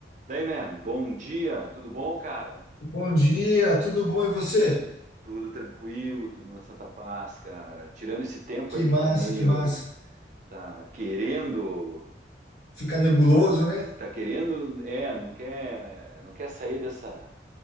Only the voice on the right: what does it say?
Daí, man, bom dia, tudo bom, cara?
Tudo tranquilo, tudo na Santa Paz, cara. Tirando esse tempo
aí que
tá meio,
tá querendo,
tá querendo, é, não quer, não quer sair dessa,